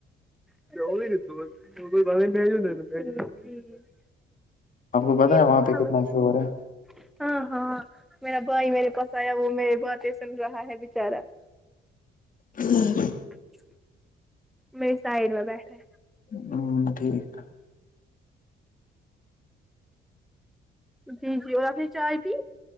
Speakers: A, in the centre; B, on the left.
A: یہی ل ب ب بی <unintelligible>
B: آپ کو پتا
A: یہ
B: ہے وہاں پہ
A: ہم
B: کتنا شور ہے
A: <unintelligible> ہاں ہاں ہ میرا با ہی م نے پسایا وہ میرے ب سم رہا ہے بچارا <unintelligible>
B: ہ <unintelligible>
A: چ میری سائڈ میں بیٹھے
B: ہوں ٹھیک ہے
A: جی جی اور آ کے چائے پی